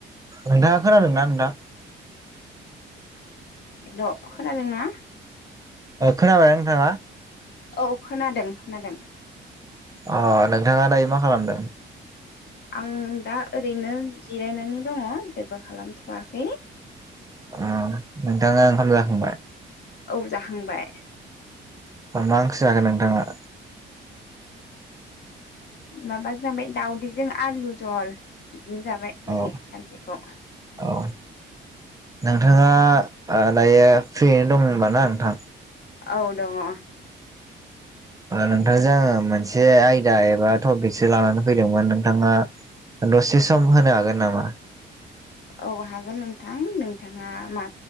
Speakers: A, on the right; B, on the left.
A: नोंथाङा खोनादों ना नोंथा
B: हेल' खोनादोंना
A: खोनाबाय ना नोंथाङा
B: औ खोनादों खोनादों
A: अ नोंथाङा दायो मा खालामदों
B: आं दा ओरैनो जिरायनानै दङ जेबो खालामथ'वाखै
A: अ नोंथाङा ओंखाम जाखांबाय
B: औ जाखांबाय
A: मा ओंख्रि जाखोन नोंथाङा
B: माबा जाबाय दाउदैजों आलु जल बिदिनो जाबाय
A: औ
B: दिनै सानसेखौ
A: औ नोंथाङा दायो फ्रियैनो दं होनबा ना नोंथां
B: औ दङ
A: नोंथांजों आङो मोनसे आयदा एबा टपिकसो लानानै फैदोंमोन नोंथाङा दसे सम होनो हागोन नामा
B: औ हागोन नोंथां नोंथाङा मा